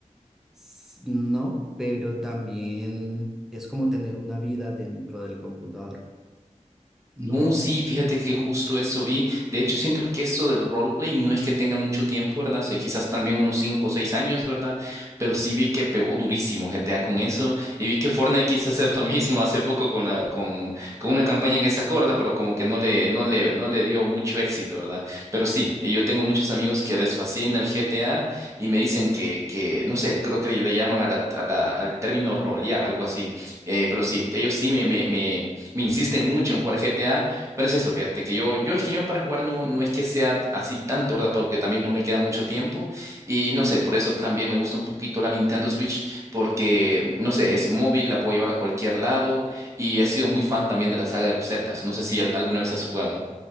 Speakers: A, in the centre; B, on the right.
A: s- no, pero también es como tener una vida dentro del computador.
B: No, sí, fíjate que justo eso vi. De hecho, siento que eso del roleplay no es que tenga mucho tiempo, ¿verdad? O sea, quizás también unos cinco o seis años, ¿verdad? Pero sí vi que pegó durísimo GTA con eso. Y vi que Fortnite quiso hacer lo mismo hace poco con la, con, con una campaña que se acorda, pero como que no le, no le, no le dio mucho éxito, ¿verdad? Pero sí, eh, yo tengo muchos amigos que les fascina el GTA y me dicen que, que, no sé, creo que le llaman a la, a la- al término rolear, algo así. Eh, pero
A: sí
B: sí, ellos sí me, me, me me insisten mucho en jugar GTA, pero es eso, fíjate, que yo, yo es que yo para jugar no, no es que sea t- así tanto, ¿verdad? Porque también no me queda mucho tiempo y no sé, por eso también me gusta un poquito la Nintendo Switch, porque no sé, es móvil, la puedo llevar a cualquier lado y he sido muy fan también de la saga de los Zeldas, no sé si al- alguna vez has jugado.